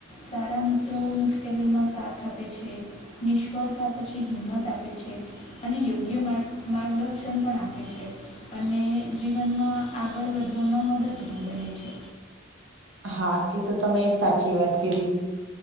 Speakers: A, on the left (about 30°); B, on the right (about 65°).
A: સારા મિત્રો મુશ કેલીમાં સાથ આપે છે. નિષ્ફળતા પછી હિંમત આપે છે. અને યોગ્ય માર્ગ માર્ગદર્શન પણ આપે છે. અને જીવનમાં આગળ વધવામાં મદદરૂપ બને છે.
B: હા, એ તો તમે સાચી વાત કીધી.